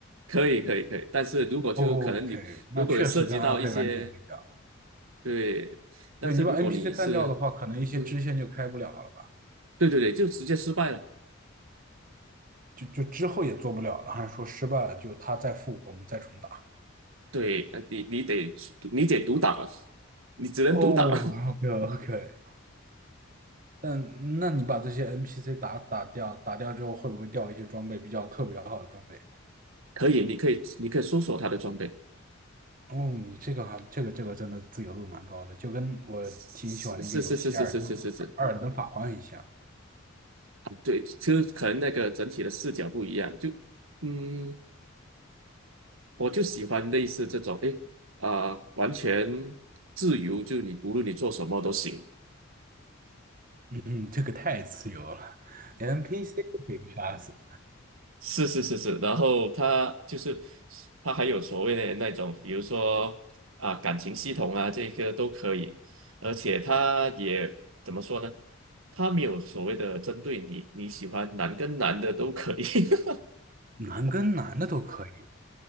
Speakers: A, on the right; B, on the right.
A: 可以可以可以。但是如果就可能你如果有涉及到一些
B: OK，那确实跟暗黑完全不一样。
A: 对，但是如果你是
B: 对，你把 NPC 干掉的话，可能一些支线就开不了了吧？
A: 嗯，对对对，就直接失败了，
B: 就就之后也做不了了，还是说失败了就他再复活，我们再重打？
A: 对，呃你你得你得独挡了，你只能独挡了，
B: 哦，OK OK。但那你把这些 NPC 打打掉，打掉之后会不会掉一些装备比较特别好的装备？
A: <laughs> 可以，你可以你可以搜索他的装备。
B: 哦，你这个还这个这个真的自由度蛮高的，就跟我挺喜欢的一个游戏《艾尔登
A: 是是是是是是是是，
B: 艾尔登法环》一样。
A: 对，就可能那个整体的视角不一样，就嗯，我就喜欢类似这种，诶，啊、完全自由，就你无论你做什么都行。
B: 嗯，这个太自由了，连 NPC 都可以杀死。
A: 是是是是，然后他就是他还有所谓的那种，比如说啊感情系统啊，这个都可以，而且他也怎么说呢？他没有所谓的针对你，你喜欢男跟男的都可以。<laughs>
B: 男跟男的都可以。